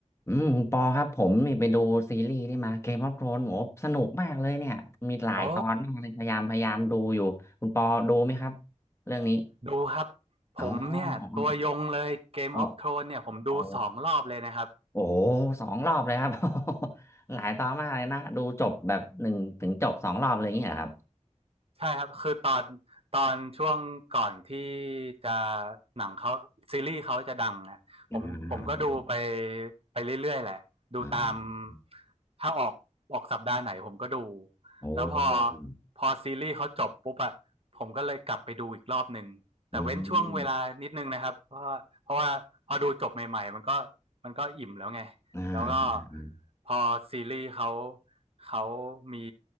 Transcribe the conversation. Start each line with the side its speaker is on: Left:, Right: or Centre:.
Left: อืมคุณปอครับผมนี่ไปดูซีรีส์ที่มาเกมออฟโธรนโอ้สนุกมากเลยเนี่ยมีหลายตอนมากเลยพยายามพยายามดูอยู่คุณปอดูไหมครับ
Right: โอ้
Left: เรื่องนี้
Right: ดูคครรรััับบบผผมมเเเเนนนีี่่ยยยยยตวยงลลย
Left: อ๋อ
Right: Game
Left: อ๋อ
Right: of Thrones เนี่ยผมดูสองรอบเลยนะครับ
Left: อ๋อโอ้โหสองรอบเลยครับ <laughs> หลายตอนมากเลยนะดูจบแบบหนึ่งถึงจบสองรอบเลยอย่างเงี้ยเหรอครับ
Right: ใช่ครับคือตอนตอนช่วงก่อนที่จะหนังเขาซีรีส์เขาจะดังอ่ะผมผมก็ดูไป
Left: อ่า
Right: ไปเรื่อยๆแหละดูตาม
Left: อ่า
Right: ถ้าออกออกสัปดาห์ไหนผมก็ดู
Left: โอ
Right: แล้วพอ
Left: ้
Right: พอซีรีส์เขาจบปุ๊บอ่ะผมก็เลยกลับไปดูอีกรอบหนึ่งแต่เว้นช่วงเวลานิดนึงนะครับเพราะว่าเพราะว่าพอดูจบใหม่ๆมันก็มันก็อิ่มแล้วไง
Left: อืมอ่าอ่าอ่า
Right: แล้วก็พอซีรีส์เขาเขามี